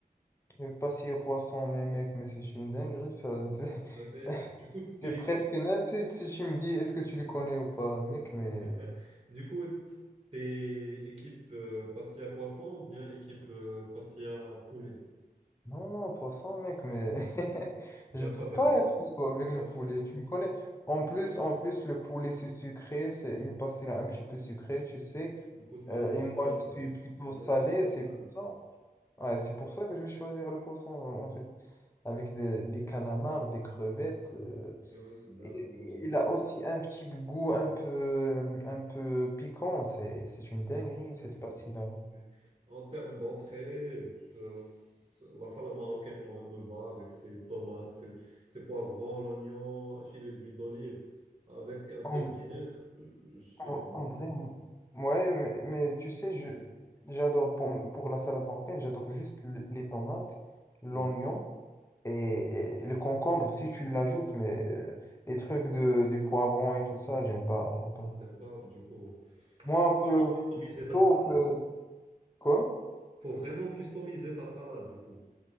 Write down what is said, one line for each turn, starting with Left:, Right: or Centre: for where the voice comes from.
Left: Le pastis au poisson, mais mec, mais c'est une dinguerie, ça. C'est
Right: C'est une dinguerie.
Left: <laughs>
Right: Du coup, tu
Left: c'est presque une insulte si tu me dis est-ce que tu le connais ou pas, mec, mais...
Right: <laughs> Du coup, t'es équipe euh, pastilla poisson ou bien équipe euh, pastilla poulet?
Left: Non, non, poisson, mec, mais... <laughs>
Right: Il
Left: Je
Right: n'y a
Left: peux
Right: pas
Left: pas
Right: débat, moi
Left: être
Right: aussi.
Left: frigo avec
Right: J'aime bien
Left: le
Right: le
Left: poulet,
Right: poisson.
Left: tu me connais. En plus, en plus, le poulet, c'est sucré, c'est une pastilla un petit peu sucrée, tu sais.
Right: Du coup, ce
Left: Euh,
Right: mélange
Left: et moi,
Right: te dérange,
Left: je suis
Right: le,
Left: plutôt
Right: le mélange
Left: salé,
Right: sucré-salé.
Left: c'est pour ça. Ouais, c'est pour ça que je vais choisir le poisson, en fait. Avec des, des calamars, des crevettes. euh,
Right: Oui, oui, c'est bien
Left: et,
Right: homogène.
Left: et il a aussi un petit goût un peu, un peu piquant. C'est, c'est une dinguerie, cette
Right: Oui,
Left: pastille-là.
Right: oui, c'est En termes d'entrée, euh, c- la salade marocaine me, me va avec ses tomates, ses, ses poivrons, l'oignon, un filet d'huile d'olive avec un peu
Left: En,
Right: de vinaigre. Euh, Je suis
Left: en,
Right: bon.
Left: en vrai, m- ouais, mais, mais tu sais, je, j'adore pour, pour la salade marocaine, j'adore juste l- les tomates, l'oignon
Right: Oui,
Left: et, et le concombre si tu l'ajoutes, mais euh, les trucs de, du poivron et tout ça, j'aime pas, j'aime pas.
Right: Euh, t'aimes pas, du coup.
Left: Moi, un
Right: Faut
Left: peu
Right: vraiment customiser
Left: plutôt
Right: ta salade.
Left: que quoi?
Right: Faut vraiment customiser ta salade, du coup.